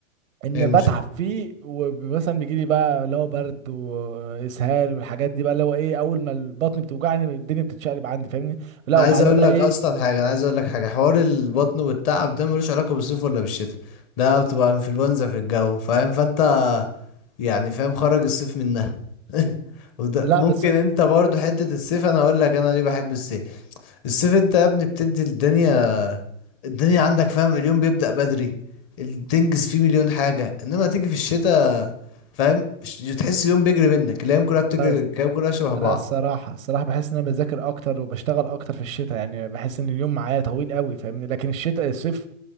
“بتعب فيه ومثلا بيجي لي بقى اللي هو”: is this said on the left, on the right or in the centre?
Right